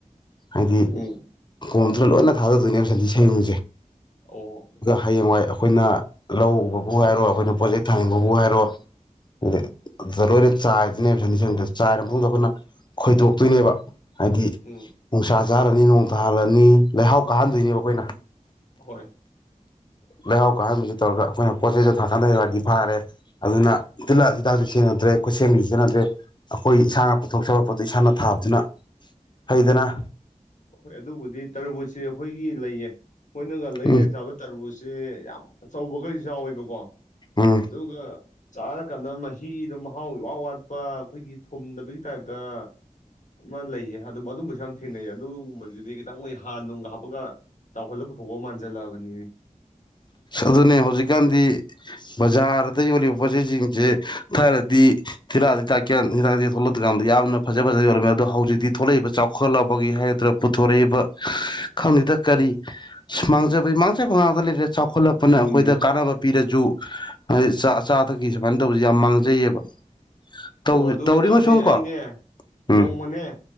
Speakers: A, on the left; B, on the left.
A: ꯍꯥꯏꯗꯤ
B: ꯎꯝ
A: ꯀꯣꯝꯗꯨꯗ ꯂꯣꯏꯅ ꯊꯥꯂꯗꯣꯏꯅꯦꯕ ꯁꯟꯗꯤ ꯁꯦꯡꯌꯨꯡ ꯖꯦ
B: ꯑꯣ
A: ꯍꯌꯦꯡꯋꯥꯏ ꯑꯩꯈꯣꯏꯅ ꯂꯧ ꯎꯕꯕꯨ ꯍꯥꯏꯔꯣ ꯑꯈꯣꯏꯅ ꯄꯣꯠꯆꯩ ꯊꯥꯅꯤꯡꯕꯕꯨ ꯍꯥꯏꯔꯣ ꯑ ꯑꯗꯨꯗ ꯂꯣꯏꯅ ꯆꯥꯏꯗꯨꯅꯦꯕ ꯁꯟꯊꯤ ꯁꯟꯌꯨꯛꯖꯦ ꯆꯥꯏꯔ ꯃꯇꯨꯡꯗ ꯑꯈꯣꯏꯅ ꯈꯣꯏꯗꯣꯛꯇꯨꯅꯦꯕ ꯍꯥꯏꯗꯤ
B: ꯎꯝ
A: ꯅꯨꯡꯁꯥ ꯖꯔꯅꯤ ꯅꯣꯡꯊꯥꯍꯜꯂꯅꯤ ꯂꯩꯍꯥꯎ ꯀꯥꯍꯟꯗꯣꯏꯅꯦꯕ ꯑꯈꯣꯏꯅ
B: ꯍꯣꯏ
A: ꯂꯩꯍꯥꯎ ꯀꯥꯍꯟꯕꯖꯤ ꯇꯧꯔꯒ ꯑꯈꯣꯏꯅ ꯄꯣꯠ ꯆꯩꯗꫭ ꯊꯥꯛꯀꯥꯟꯗ ꯋꯥꯗꯤ ꯐꯥꯔꯦ ꯑꯗꯨꯅ ꯇꯤꯜꯍꯥꯛ ꯍꯤꯗꯥꯛꯁꯨ ꯁꯤꯖꯤꯟꯅꯗ꯭ꯔꯦ ꯈꯨꯠꯁꯦꯝꯒꯤꯖꯨ ꯁꯤꯖꯤꯟꯅꯗ꯭ꯔꯦ ꯑꯈꯣꯏꯒꯤ ꯏꯁꯥꯅ ꯄꯨꯊꯣꯛꯆꯕ ꯄꯣꯠꯇꯨ ꯏꯁꯥꯅ ꯊꯥꯕꯗꯨꯅ ꯐꯩꯗꯅ
B: ꯍꫭꯏ ꯑꯗꯨꯕꯨꯗꯤ ꯇꯔꯕꯨꯠꯁꯦ ꯑꯈꯣꯏꯒꯤ ꯂꯩꯌꯦ ꯃꯣꯏꯅꯒ ꯂꯩꯔꯦ
A: ꯎꯝ
B: ꯆꯥꯕ ꯇꯥꯔꯕꯨꯁ ꯁꯦ ꯌꯥꯝ ꯑꯆꯧꯕꯒꯩ ꯌꯥꯎꯋꯦꯕꯀꯣ
A: ꯎꯝ
B: ꯑꯗꯨꯒ ꯆꯥꯔꯀꯥꯟꯗ ꯃꯍꯤꯗꯣ ꯃꯍꯥꯎ ꯏꯋꯥꯠ ꯋꯥꯠꯄ ꯑꯩꯈꯣꯏꯒꯤ ꯊꯨꯝꯗꯕꯒꯤ ꯇꯥꯏꯞꯇ ꯑꯃ ꯂꯩꯌꯦ ꯑꯗꯨꯝ ꯑꯗꯨꯝꯕꯁꯨ ꯌꯥꯝ ꯊꯦꯡꯅꯩꯌꯦ ꯑꯗꯨ ꯨ <unintelligible> ꯕꯖꯤꯗꯤ ꯈꯤꯇꯪ ꯃꯣꯏ ꯍꯥ ꯅꯨꯡꯒ ꯍꯥꯞꯄꯒ ꯆꯥꯎꯍꯜꯂꯒ ꯄꯨꯊꯣꯛꯄ ꯃꯥꯟꯖꯜꯂꯛꯑꯕꯅꯤ
A: ꯑꯗꯨꯅꯦ ꯍꯧꯖꯤꯛꯀꯥꯟꯗꯤ ꯕꯖꯥꯔꯗ ꯌꯣꯜꯂꯤꯕ ꯄꯣꯠꯆꯩꯖꯤꯡꯖꯦ ꯊꯥꯏꯅꯗꯤ ꯊꯤꯜꯍꯥꯠ ꯍꯤꯗꯥꯛꯁꯦ ꯊꯣꯛꯂꯛꯇ꯭ꯔꯤꯀꯥꯟꯗ ꯌꯥꯝꯅ ꯐꯖ ꯐꯖꯕ ꯌꯣꯜꯂꯝꯃꯦ ꯑꯗꯣ ꯍꯧꯖꯤꯛꯇꯤ ꯊꯣꯛꯂꯛꯏꯕ ꯆꯥꯎꯈꯠꯂꯛꯕꯒꯤ ꯍꯥꯏꯒꯗ꯭ꯔꯥ ꯄꯨꯊꯣꯔꯛꯏꯕ ꯈꯪꯗꯦꯗ ꯀꯔꯤ ꯃꯥꯡꯖꯕꯒꯤ ꯃꯥꯡꯖꯕ ꯉꯥꯛꯇ ꯂꯩ ꯆꯥꯎꯈꯠꯂꯛꯄꯅ
B: ꯑꯗꯨꯅꯤꯅꯦ
A: ꯑꯩꯈꯣꯏꯗ ꯀꯥꯟꯅꯕ ꯄꯤꯔꯖꯨ ꯍꯥꯏꯗꯤ ꯆꯥ ꯑꯆꯥ ꯑꯊꯛꯀꯤ ꯁꯨꯃꯥꯏꯅ ꯇꯧꯕꯁꯦ ꯌꯥꯝ ꯃꯥꯡꯖꯩꯌꯦꯕ ꯇꯧ
B: ꯑꯣ ꯑꯗꯨ
A: ꯇꯧꯔꯤꯉꯣ
B: ꯑꯣꯏꯇꯥꯔꯗꯤ
A: ꯁꯨꯝ ꯀꯣ
B: ꯑꯩꯅꯦ
A: ꯎꯝ
B: ꯅꯣꯡꯃꯅꯦ